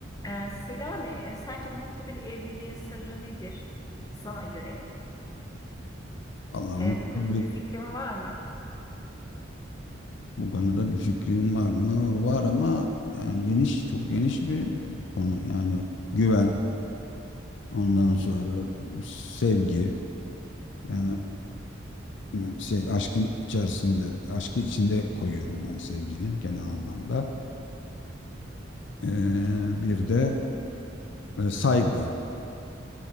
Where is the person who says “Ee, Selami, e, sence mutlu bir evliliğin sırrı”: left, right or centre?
Left